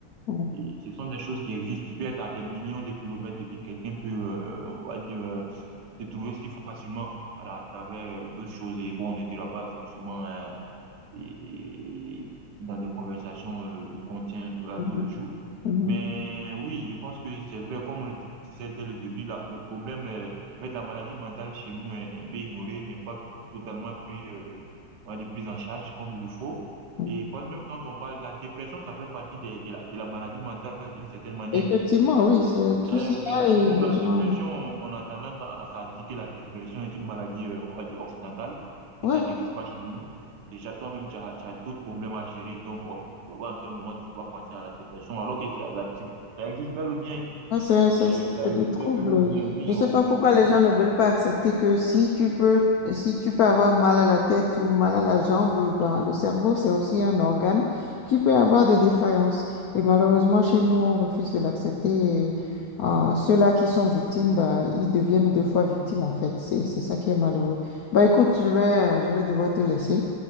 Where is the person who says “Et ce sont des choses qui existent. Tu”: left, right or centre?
Right